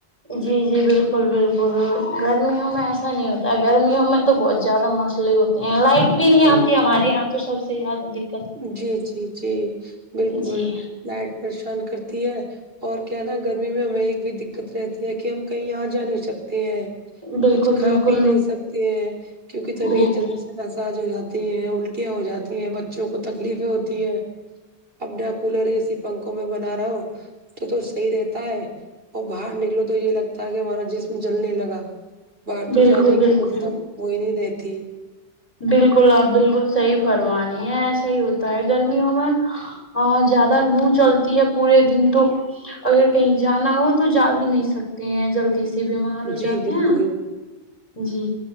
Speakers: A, on the left; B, on the right.
A: جی جی بالکل بالکل گرمیوں میں ایسا نہیں ہوتا گرمیوں میں تو بہت زیادہ مسئلے ہوتے لائٹ بھی نہیں آتی ہمارے یہاں تو سب سے زیادہ د
B: جی جی جی بالکل
A: جی
B: لایٹ پریشان کرتی ہے اور کیا نا گرمی میں ہمیں ایک بھی د دقت رہتی ہے کہ ہم کہیں یہاں جا نہیں سکتے ہیں
A: بالکل
B: کچھ کھا
A: بالکل
B: پی نہیں سکتے ہیں کیونکہ طبیعت
A: بالکل
B: جل محساج ہو جاتی ہیں الٹیاں ہو جاتی ہیں بچوں کو تکلیفیں ہوتی ہیں اپنا کولر ایسی پنکھوں میں بنا رہا ہو تو تو صحیح رہتا ہے اور باہر نکلو تو یہ لگتا ہے کہ ہمارا جسم جلنے لگا باہر تو
A: بالکل
B: جانے کی
A: بالکل
B: مطلب وہئی نہیں رہتی
A: بالکل آپ بالکل صحیح فرما رہے ہیں ایسا ہی ہوتا ہے گرمیوں میں ا زیادہ لو چلتی ہے پورے دن تو اگر کہیں جانا ہو تو جا بھی نہیں سکتے ہیں جلدی سے جب بیمار ہو
B: جی
A: جاتے
B: بالکل
A: ہیں جی